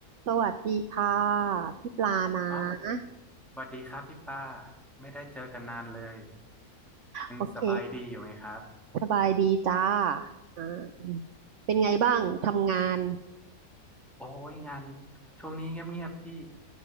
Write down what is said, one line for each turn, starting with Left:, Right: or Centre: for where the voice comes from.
Right: สวัสดีค่ะพี่ปลานะ
Centre: เอ้าสวัสดีครับพี่ป้าไม่ได้เจอกันนานเลยยังสบายดีอยู่ไหมครับ
Right: โอเคสบายดีจ้าอ่าเป็นไงบ้างทำงาน
Centre: ครับโอ้ยงานช่วงนี้เงียบๆพี่